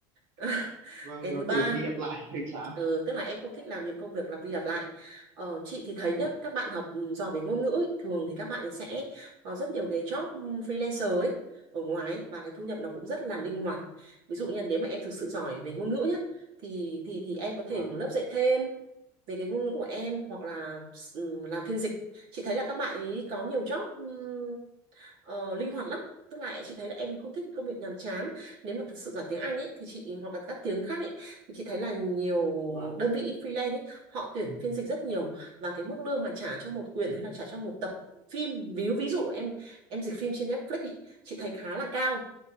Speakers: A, on the right; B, on the right.
A: <laughs>
B: Vâng,
A: Cái
B: nó
A: thứ ba
B: kiểu lặp đi lặp lại hơi chán.
A: Ừ, tức là em không thích
B: Dạ,
A: làm những công việc lặp đi lặp lại. Ờ, chị thì thấy nhá,
B: phải.
A: các bạn học ừ, giỏi về ngôn ngữ ấy, thường thì các bạn ấy sẽ có rất nhiều cái job ừ, freelancer ấy ở ngoài ấy, và cái thu nhập nó cũng rất là linh hoạt. Ví dụ như là nếu mà em thực sự giỏi về ngôn ngữ nhá thì thì thì em có thể
B: Vâng,
A: một lớp dạy thêm về cái ngôn ngữ của em hoặc là ừ, làm phiên dịch. Chị thấy là các bạn ấy có nhiều job ừ, ờ, linh hoạt lắm tức là chị thấy là em không thích công việc nhàm chán nếu mà thật sự giỏi tiếng Anh ấy thì chị hoặc là các tiếng khác ấy thì chị thấy là nhiều
B: vâng.
A: đơn vị freelance ấy họ tuyển phiên dịch rất nhiều và cái mức lương mà trả cho một quyển hay là trả cho một tập phim ví ví dụ em em dịch phim trên Netflix đi, chị thấy khá là cao